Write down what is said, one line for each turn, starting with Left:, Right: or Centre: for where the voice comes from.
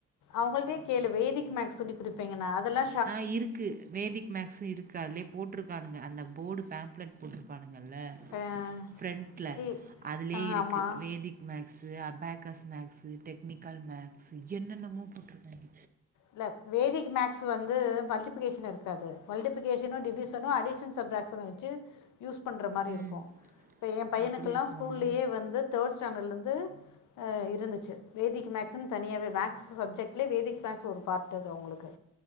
Left: அவுங்கள்ட்டே கேளு வேதிக் மேக்ஸ்சு சொல்லி குடிப்பீங்கனு அதெல்லா
Right: ஆ இருக்கு வேதிக் மேக்ஸ் இருக்கு அதுலே போட்டிருக்கானுங்க அந்த போர்டு பேம்ப்லெட் போட்டிருப்பானுங்கல்ல
Left: அஹ்
Right: ஃப்ரண்ட்ல
Left: இ-
Right: அதுலயே
Left: அஹ்
Right: இருக்கு
Left: ஆமாம்
Right: வேதிக் maths abacus maths technical maths என்னன்னமோ போட்ருக்காங்க
Left: இல்ல வேதிக் மேக்ஸ் வந்து மல்டிபிக்கேஷன் இருக்காது மல்டிபிக்கேஷனு டிவிஷனு அடிஷன் சப்ராக்ஷன் வச்சி யூஸ் பண்ற மாரி இருக்கு
Right: ம்
Left: இப்போ எ பையனுக்குல்லா
Right: அப்படி இருக்கும்
Left: ஸ்கூல்லயே வந்து தேர்ட் ஸ்டாண்டர்லருந்து அ இருந்துச்சு வேதிக் மேக்ஸ்ன்னு தனியாவே மேக்ஸ் சப்ஜெட்லயே வேதிக் மேக்ஸ் ஒரு பார்ட் அது அவுங்களுக்கு